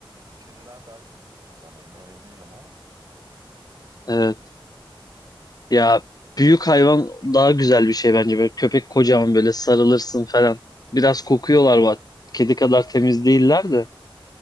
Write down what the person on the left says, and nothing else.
evet. ya büyük hayvan daha güzel bir şey bence. Böyle köpek kocaman böyle sarılırsın falan. Biraz kokuyorlar bak. Kedi kadar temiz değiller de.